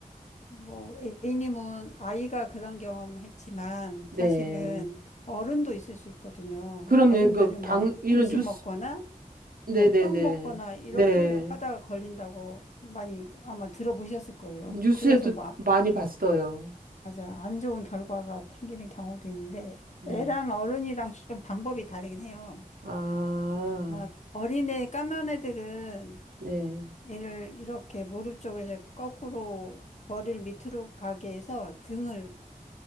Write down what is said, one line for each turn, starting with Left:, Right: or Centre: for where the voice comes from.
Left: 뭐 A님은 아이가 그런 경험했지만
Right: 네.
Left: 사실은 어른도 있을 수 있거든요.
Right: 그럼요.
Left: 어른들은
Right: 이거 방
Left: 뭐
Right: 이런
Left: 음식
Right: 뉴스,
Left: 먹거나
Right: 네네네.
Left: 뭐 떡 먹거나 이렇게
Right: 네. 네. 네.
Left: 하다가 걸린다고 많이 아마 들어보셨을 거예요.
Right: 뉴스에도
Left: 그래서 뭐
Right: 많이 봤어요.
Left: 맞아요. 안 좋은 결과가 생기는 경우도 있는데,
Right: 네.
Left: 애랑 어른이랑 좀 방법이 다르긴 해요.
Right: 아,
Left: 막 어린애, 갓난 애들은
Right: 네.
Left: 애를 이렇게 무릎 쪽을 이제 거꾸로 머리를 밑으로 가게 해서 등을